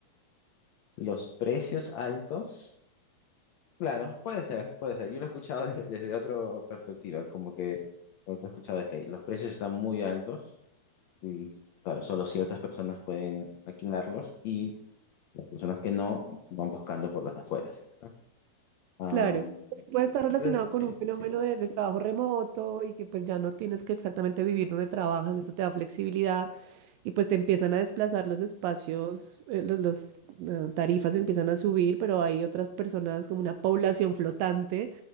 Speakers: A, on the left; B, on the right.
A: los precios altos. Claro, puede ser, puede ser. Yo lo he escuchado <laughs> desde, desde otra perspectiva, como que lo que he escuchado es que los precios están muy altos Y, claro, solo ciertas personas pueden alquilarlos y las personas que no van buscando por las afueras. ¿no? Am,
B: Claro, puede
A: sí,
B: estar
A: entonces,
B: relacionado con
A: sí,
B: un fenómeno
A: sí,
B: de, de trabajo remoto y que pues ya no tienes que exactamente vivir donde trabajas, eso te da flexibilidad y pues te empiezan a desplazar los espacios, eh, lo- las eh, tarifas empiezan a subir, pero hay otras personas como una población flotante